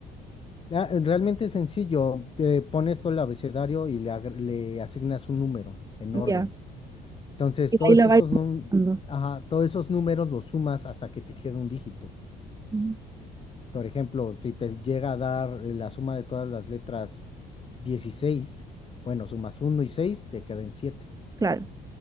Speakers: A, on the left; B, on the right.
A: Ah, Realmente es sencillo, te pones todo el abecedario y le, agre- le asignas un número en orden.
B: Ya.
A: Entonces,
B: Y
A: todos
B: ahí lo
A: esos,
B: vais
A: num-
B: buscando.
A: ajá, todos esos números los sumas hasta que te quede un dígito.
B: Mm,
A: Por ejemplo, si te llega a dar eh, la suma de todas las letras dieciséis bueno, sumas uno y 6 te quedan siete
B: Claro.